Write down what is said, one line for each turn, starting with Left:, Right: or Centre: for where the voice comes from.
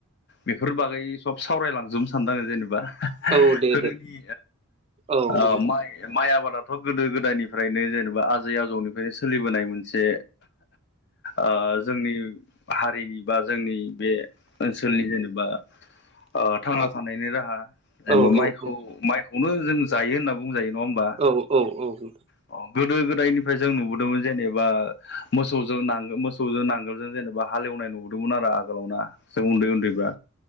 Left: बेफोर बागै सब सावरायलांजोबनो सानदों आङो जेनेबा
Right: औ दे
Left: गोदोनि
Right: दे औ
Left: ओ
Right: औ
Left: माइ आबाद थ' गोदो गोदायनिफ्रायनो जेनेबा आजै आजौनिफ्रायनो सोलिबोनाय मोनसे ओ जोंनि हारिनि बा जोंनि बे ओनसोलनि जेनेबा ओ थांना थानायनि राहा जेनेबा
Right: औ औ
Left: माइखौ
Right: औ
Left: माइखौनो जों जायो होनना बुंजायो नङा होमबा
Right: औ औ औ नोंथां
Left: अ गोदो गोदायनिफ्राय जों नुबोदोंमोन जेनेबा मोसौजों मोसौजों नांगोलजों जेनेबा हालेव वनाय नुबोदोंमोन आरो आगोलावना जों उन्दै उन्दैबा